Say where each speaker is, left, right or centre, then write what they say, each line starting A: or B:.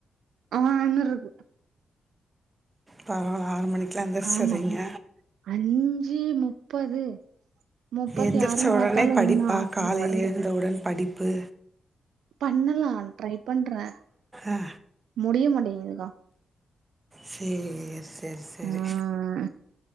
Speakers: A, on the right; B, on the right.
A: ஆ என்னருது
B: பரவால்ல ஆறு மணிக்குலா எந்திரிச்சுறீங்க
A: ஆமா அஞ்சு முப்பது முப்பத்தி
B: எந்திருச்ச
A: ஆறுன்னு
B: ஒடனே
A: பாத்தாலு
B: படிப்பா
A: இன்னு ஹாஃப்
B: காலைல
A: அன் அவர்
B: எழுந்தவுடன் படிப்பு
A: பண்ணலா ட்ரை பண்றே
B: ஆ
A: முடிய மாட்டேங்குதுக்கா
B: சேர் சேரி சேரி
A: ம்